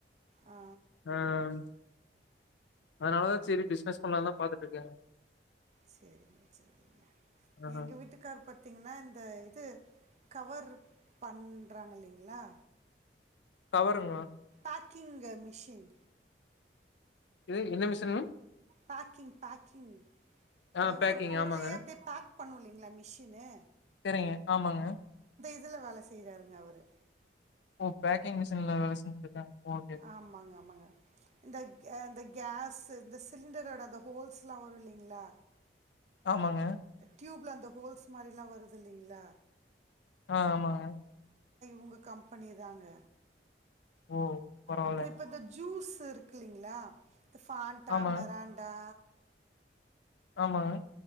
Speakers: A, on the right; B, on the left.
A: ஆ,
B: ஆஹ் அதனாலதா செரி பிசினஸ் பண்லான்தா பாத்துட்டு இருக்கேங்க
A: செரிங்க செரிங்க
B: ஆ
A: எங்க வீட்டுக்காரு பத்தீங்கன்னா இ ந்த இது கவரு பண்றாங்கில்லிங்ளா
B: கவருங்ளா
A: பேக்கிங்கு மிஷின்
B: இது என்ன மிஷினுங்க
A: பேக்கிங் பேக்கிங்
B: ஆ
A: அதாவ்து
B: பேக்கிங்
A: ஒரு பொருளையே
B: ஆமாங்க
A: அப்டே பேக் பண்ணு இல்லிங்ளா மிஷினு
B: செரிங்க ஆமாங்க
A: இதுல வேல செய்றாருங்க அவரு
B: ஓ பேக்கிங் மிஷின்ல செஞ்சுட்ருக்காங்க ஓகே
A: ஆமாங்க ஆமாங்க இந்தக் ஏ இந்த கேஸு இந்த ஸ் லிண்டரோட அந்த ஹோல்ஸ்லா வரு இல்லிங்ளா
B: ஆமாங்க.
A: ட்யூப்ல அந்த ஹோல்ஸ் மாரிலாம் வருது இல்லைங்களா
B: ஆஹ் ஆமாங்க
A: உங்கள கம்பெனி தாங்க
B: ஓ! பரவால்ல.
A: அப்புறம் இப்ப இந்த ஜூஸ் இருக்குல்லீங்களா ஃபான்டா
B: ஆமா,
A: மெரான்ண்டா
B: ஆமா